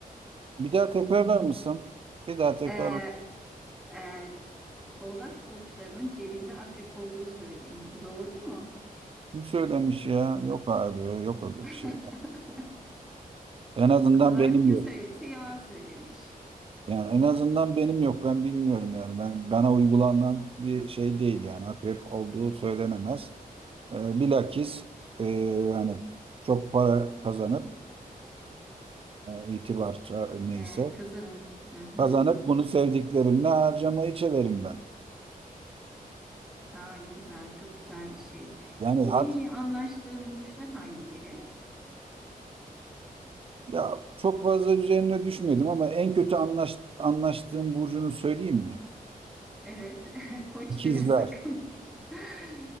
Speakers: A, on the right; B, in the centre.
A: Bir daha tekrarlar mısın? Bir daha tekrar
B: Ee, e, Oğlak burçlarının cebinde akrep olduğu söyleniyor. Bu doğru mu?
A: kim söylemiş ya? Yok abi yok öyle
B: <laughs>
A: bir şey. En azından
B: O zaman
A: benim
B: kim
A: yok.
B: söylediyse yalan söylemiş.
A: Yani en azından benim yok. Ben bilmiyorum yani. Ben bana uygulanan bir şey değil yani. Akrep olduğu söylenemez. E, bilakis e, hani çok para kazanıp e, itibarça neyse
B: Ee, kazanın. Hı hı.
A: kazanıp bunu sevdiklerimle harcamayı çeverim ben.
B: Aa, ne güzel, çok güzel bir şey.
A: Yani
B: Peki
A: hat
B: en iyi anlaştığın burçlar hangileri?
A: ya çok fazla üzerine düşmedim ama en kötü anlaş, anlaştığım burcunu söyleyeyim mi?
B: Evet, <laughs> koç
A: İkizler.
B: deme sakın. <laughs>